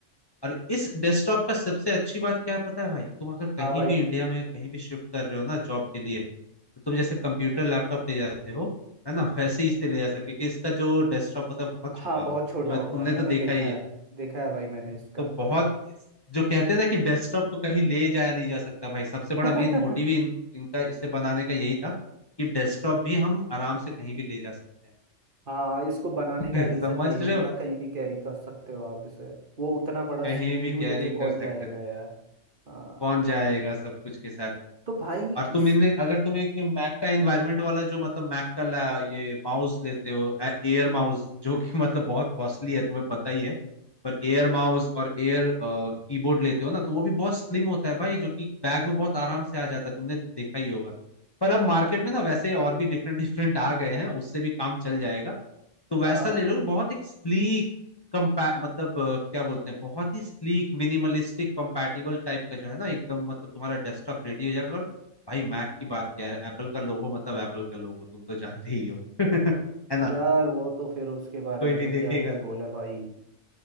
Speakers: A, on the left (about 25°); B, on the right (about 45°).
A: और इस डेस्कटॉप का सबसे अच्छी बात क्या है पता है भाई तुम अगर कहीं
B: हाँ भाई
A: भी इंडिया में कहीं भी शिफ्ट कर रहे हो ना जॉब के लिए तो तुम जैसे कंप्यूटर लैपटॉप ले जाते हो है ना वैसे ही इसे ले जा सकते हो, क्योंकि इसका जो डेस्कटॉप होता है बहुत छोटा
B: हाँ
A: होता
B: बहुत
A: है
B: छोटा
A: तुम्हें
B: होता
A: तुमने
B: है मैंने
A: तो देखा
B: देखा
A: ही है
B: है देखा है भाई मैंने इसका
A: तो बहुत जो कहते हैं ना कि डेस्कटॉप को कहीं ले जाया नहीं जा सकता भाई सबसे बड़ा
B: <laughs>
A: मेन मोटिव ही इन, इनका इसे बनाने का यही था कि डेस्कटॉप भी हम आराम से कहीं भी ले जा सकते
B: हाँ इसको बनाने का
A: हैं
B: रीज़न
A: <laughs> समझ
B: यही
A: रहे
B: भी
A: हो
B: था कहीं भी कैरी कर सकते हो आप इसे वो उतना बड़ा
A: कहीं
B: सीपीयू
A: भी कैरी
B: लेके कौन
A: कर सकते
B: जाएगा
A: हैं
B: यार हाँ
A: कौन जाएगा सब कुछ के साथ
B: तो भाई
A: और तुम
B: इस
A: इन्हें अगर तुम एक मैक का एनवायरनमेंट वाला जो मतलब मैक का ला, ये माउस लेते हो एयर माउस जो कि मतलब बहुत कॉस्टली है तुम्हें पता ही है पर एयर माउस और एयर कीबोर्ड लेते हो ना तो वो भी बहुत स्लिम होता है भाई जो कि बैग में बहुत आराम से आ जाता है तुमने तो देखा ही होगा पर अब मार्केट में ना वैसे और भी डिफरेंट डिफरेंट आ गए हैं उससे भी काम चल जाएगा तो वैसा
B: हाँ हाँ
A: ले लो बहुत एक स्लीक कंपै मतलब अ, क्या बोलते हैं बहुत ही स्लीक मिनिमलिस्टिक कंपैटिबल टाइप का जो है ना एकदम मतलब तुम्हारा डेस्कटॉप रेडी हो जाएगा और भाई मैक की बात क्या है एप्पल का लोगो मतलब एप्पल का लोगो तुम तो जानते ही हो <laughs> है ना
B: यार वो तो फिर उसके बारे
A: कोई
B: में
A: भी
B: तो
A: देखेगा
B: क्या ही बोला
A: तो
B: भाई